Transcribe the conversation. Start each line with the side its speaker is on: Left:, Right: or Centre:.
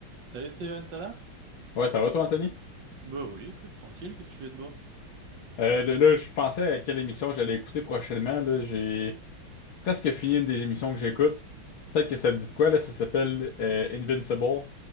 Right: Salut Steven, ça va?
Left: Ouais, ça va toi, Anthony?
Right: Bah oui, écoute, tranquille, qu'est-ce que tu fais de beau?
Left: Euh, là, là, je pensais à quelle émission j'allais écouter prochainement. Là, j'ai presque fini une des émissions que j'écoute. Peut-être que ça te dit de quoi, là, ça s'appelle euh, Invincible.